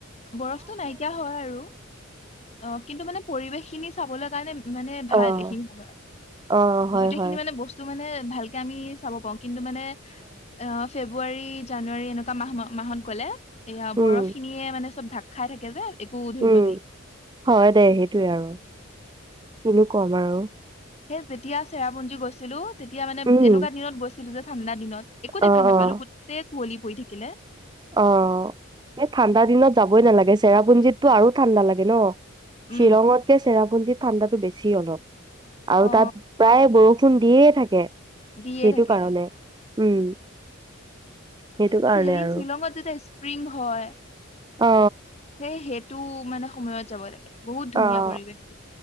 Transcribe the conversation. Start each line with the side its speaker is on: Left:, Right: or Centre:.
Left: বৰফটো নাইকিয়া হয় আৰু অ কিন্তু মানে পৰিৱেশ খিনি চাবলৈ কাৰণে মানে ভাল
Right: অ'
Left: এইখিনি সময়ত
Right: অ হয়
Left: গোটেইখিনি
Right: হয়
Left: মানে বস্তু মানে ভালকে আমি চাব পাওঁ কিন্তু মানে অ ফেব্ৰুৱাৰী জানুৱাৰী এনেকোৱা <unintelligible> মাহ মাহত গলে এয়া
Right: উম,
Left: বৰফ খিনিয়ে মানে চব ধাক খাই থাকে যে একো ধৰিব
Right: উম
Left: নোৱাৰি
Right: হয় দে সেইটোয়ে আৰু কিনো কম বাৰু
Left: হেই যেতিয়া চেৰাপুঞ্জী গৈছিলো তেতিয়া মানে
Right: উম,
Left: এনেকুৱা দিনত গৈছিলো যে ঠাণ্ডা দিনত একো দেখা
Right: অ',
Left: নাপালো
Right: অ'।
Left: গোটেই কুঁৱলি পৰি থাকিলে
Right: অ এই ঠাণ্ডা দিনত যাবই নালাগে চেৰাপুঞ্জীতটো আৰু ঠাণ্ডা লাগে ন
Left: উম
Right: শ্বিলঙতকে চেৰাপুঞ্জিত ঠাণ্ডাটো বেছি অলপ আৰু
Left: অ
Right: তাত প্ৰায় বৌ খুন্দিয়ে থাকে
Left: দিয়ে
Right: সেইটো
Left: থাকে
Right: কাৰণে উম সেইটো কাৰণে
Left: সেই
Right: আৰু
Left: শিলংত যে স্প্ৰিং হয়
Right: অ
Left: সেই সেইটো মানে সময়ত যাব লাগে বহুত ধুনীয়া
Right: অ',
Left: পৰিবেশটো